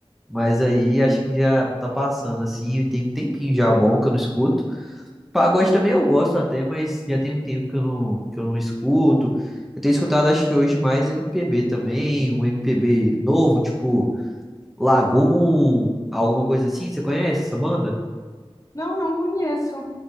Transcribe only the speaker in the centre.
Mas aí acho que já tá passando, assim, e tem um tempinho já bom que eu não escuto. Pagode também eu gosto até, mas já tem um tempo que eu não, que eu não escuto. Eu tenho escutado, acho que hoje, mais MPB também, um MPB novo, tipo Lagoon, alguma coisa assim. Você conhece essa banda?